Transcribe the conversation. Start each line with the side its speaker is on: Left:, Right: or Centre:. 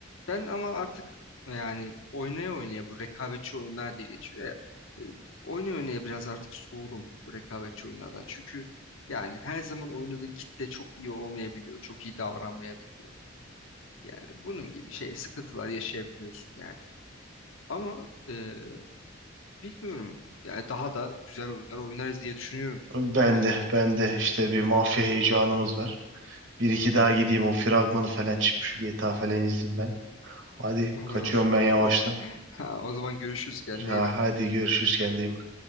Left: ben ama artık yani oynaya oynaya bu rekabetçi oyunlar diye geçiyor ya. e, Oynaya oynaya biraz artık soğudum bu rekabetçi oyunlardan. Çünkü yani her zaman oynadığın kitle çok iyi olmayabiliyor. Çok iyi davranmayabiliyor. Yani bunun gibi şey sıkıntılar yaşayabiliyorsun yani. Ama e, bilmiyorum. Yani daha da güzel oyunlar oynarız diye düşünüyorum.
Right: Ben
Left: Bilmiyorum.
Right: de ben de işte bir mafya heyecanımız var. Bir iki daha gideyim
Left: Evet.
Right: o fragmanı falan çıkmış. GTA falan izleyeyim ben. Hadi
Left: <laughs> Olur
Right: kaçıyorum
Left: olur.
Right: ben yavaştan.
Left: Olur. <laughs> Ha, o zaman görüşürüz. Kendine
Right: Ha,
Left: iyi bak.
Right: hadi görüşürüz kendine iyi bak.